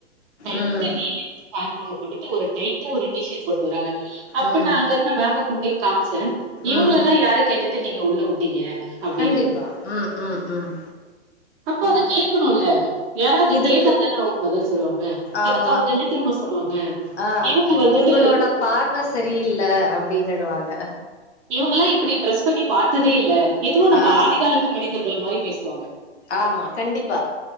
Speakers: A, on the right; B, on the left.
A: பேண்ட்டு
B: ம்
A: டைட்டா <unintelligible> பேண்ட் ஒன்னு போட்டுட்டு ஒரு டைட்டா ஒரு டி ஷர்ட் போட்டு வராங்க அப்ப
B: ம்
A: நா அங்க இருந்த மேம கூப் ஏ கான்சர் இவுங்களலா
B: ம்
A: யாரு கேட்டு நீங்க உள்ளவுட்டீங்க அப்டின்னு
B: கண்டிப்பா ம் ம் ம்
A: அப்ப அது
B: இத்
A: கேக்குனுல யாராவது
B: இதுக்கு
A: கேட்டாதானே அவுங்க பதில் சொல்லுவாங்க
B: ஆமா
A: அதுக்கு அவுங்க என்ன தெரிமா சொன்னாங்க
B: ஆ
A: கேவ்ளோ வந்துட்டு
B: உங்களோட
A: <inaudible>
B: பார்வ சரியில்ல அப்டின்னுடுவாங்க
A: இவுங்கல்லா இப்டி ட்ரெஸ் பண்ணி பாத்ததே இல்ல எதுவோ நம்ப
B: ஆ
A: ஆதிகாலத்து மனிதர்கள் மாரி பேசுவாங்க
B: ஆமா கண்டிப்பா